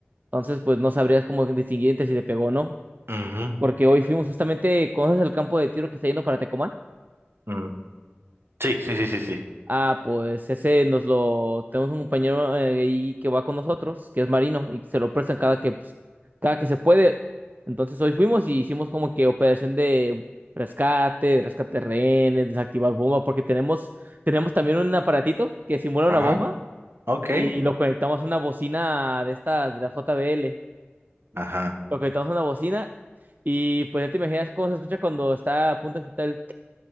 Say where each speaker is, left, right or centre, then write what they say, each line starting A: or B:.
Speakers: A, on the right; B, on the right.
A: Entonces, pues no sabrías cómo distinguir entre si le pegó o no,
B: Ujú,
A: porque hoy fuimos justamente, ¿conoces el campo de tiro que está yendo para Tecomán?
B: mm. Sí, sí, sí, sí, sí.
A: Ah, pues ese nos lo tenemos un compañero eh, ahí que va con nosotros, que es marino, y se lo prestan cada que, pues, cada que se puede. Entonces hoy fuimos y hicimos como que operación de rescate, rescate de rehenes, desactivar bomba, porque tenemos, tenemos también un aparatito que simula
B: Ajá,
A: una bomba
B: ok.
A: y lo conectamos a una bocina de esta, de la JBL.
B: Ajá.
A: Lo conectamos a una bocina y pues ya te imaginas cómo se escucha cuando está a punto de explotar el...